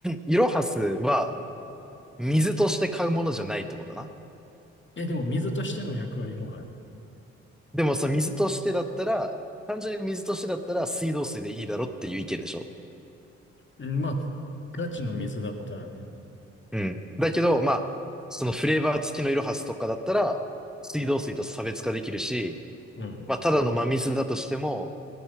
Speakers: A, in the centre; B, on the left (about 35°).
A: イロハスは水として買うものじゃないってことな。
B: え、でも水としての役割もある。
A: でも、その水としてだったら、単純に水としてだったら水道水でいいだろっていう意見でしょ
B: うんまあ、ガチの水だったらね。
A: うん。だけど、まあ、そのフレーバー付きのイロハスとかだったら、水道水と差別化できるし、
B: うん。
A: まあ、ただの真水だとしても、